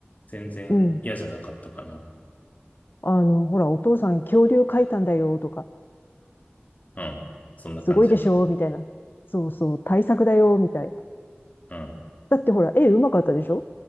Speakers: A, on the left; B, on the left.
A: 全然嫌じゃなかったかな。
B: うん。あの、ほら、お父さん恐竜描いたんだよ、とか。
A: うん。そんな感じやな。
B: すすごいでしょ、みたいな。そうそう、対策だよ、みたいな。
A: うん。
B: だってほら、絵うまかったでしょ